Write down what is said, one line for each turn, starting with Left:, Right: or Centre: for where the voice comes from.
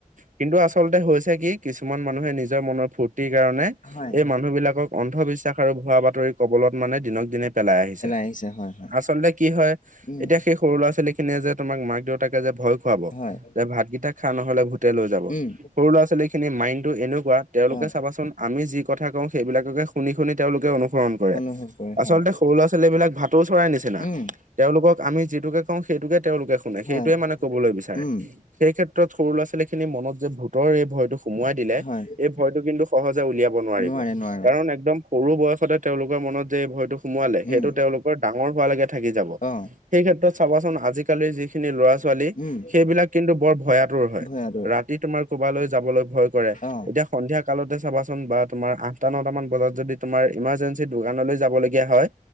Right: কিন্তু আচলতে হৈছে কি কিছুমান মানুহে নিজৰ মনৰ ফূৰ্তিৰ কাৰণে
Left: হয়
Right: এই মানুহ বিলাকক অন্ধবিশ্বাস আৰু ভুৱা বাতৰি কবলত মানে দিনক দিনে পেলাই আহিছ ছে।
Left: আহিছে হয় হয়
Right: আচলতে কি হয়
Left: উম
Right: এতিয়া সেই সৰু ল'ৰা-ছোৱালীখিনিয়ে যে তোমাক মাক-দেউতাকে যে ভয় খুৱাব
Left: হয়
Right: যে ভাতকেইটা খা নহ'লে ভুতে লৈ যাব।
Left: উম
Right: সৰু ল'ৰা-ছোৱালীখিনিৰ মাইণ্ডটো এনেকুৱা তেওঁলোকে
Left: অ
Right: চা চাবা চোন আমি যি কথা কওঁ সেইবিলাককে শুনি-শুনি তেওঁলোকে অনুসৰণ কৰে।
Left: অনুভৱ কৰে
Right: আচলতে
Left: হয়
Right: সৰু ল'ৰা-ছোৱালীবিলাক ভাতৌ চৰাই নিচিনা।
Left: উম
Right: তেওঁলোকক আমি যিটোকে কওঁ সেইটোকে তেওঁলোকে শুনে, সেইটোৱে
Left: হয়
Right: মানে কবলৈ বিচাৰে।
Left: উম
Right: সেই ক্ষেত্ৰত সৰু ল'ৰা-ছোৱালী খিনি মনত যে ভূতৰ এই ভয়টো সোমোৱাই দিলে।
Left: হয়
Right: এই ভয়টো কিন্তু সহজে উলিয়াব নোৱাৰিব
Left: নোৱাৰে নোৱাৰে
Right: কাৰণ একদম সৰু বয়সতে তেওঁলোকৰ মনত যে এই ভয়টো সোমোৱালে। সেইটো
Left: উম
Right: তেওঁলোকৰ ডাঙৰ হোৱালৈকে থাকি যাব।
Left: অ
Right: সেই ক্ষেত্ৰত চাবা চোন আজিকালিৰ যিখিনি ল'ৰা-ছোৱালী
Left: উম
Right: সেইবিলাক এইটো বৰ ভয়াতুৰ হয়
Left: ভয়াতুৰ
Right: ৰাতি তোমাৰ কৰবালৈ যাবলৈ ভয় কৰে।
Left: অ
Right: এতিয়া সন্ধিয়া কালতে চাবা চোন বা তোমাৰ আঠটা, নটামান বজাত যদি তোমাৰ ইমাৰৰ্জেঞ্চি দোকানলৈ যাব ল গীয়া হয়